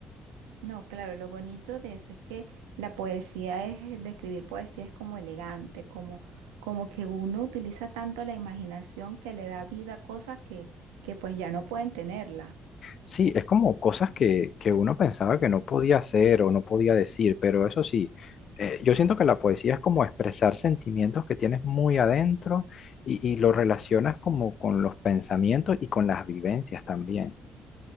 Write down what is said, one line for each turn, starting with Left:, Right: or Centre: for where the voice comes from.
Right: No, claro, lo bonito de eso es que la poesía es, de escribir poesía es como elegante, como, como que uno utiliza tanto la imaginación que le da vida a cosas que, que pues ya no pueden tenerla.
Left: Sí, es como cosas que, que uno pensaba que no podía hacer o no podía decir, pero eso sí, eh, yo siento que la poesía es como expresar sentimientos que tienes muy adentro y, y lo relacionas como con los pensamientos y con las vivencias también,